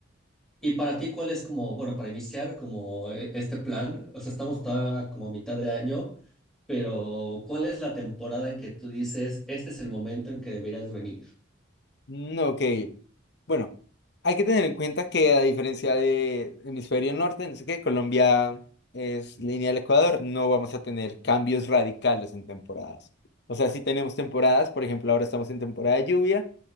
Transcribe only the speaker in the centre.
Y para ti, ¿cuál es como, bueno, para iniciar como e- este plan? O sea, estamos todavía como a mitad de año, pero ¿cuál es la temporada en que tú dices, este es el momento en que deberías venir?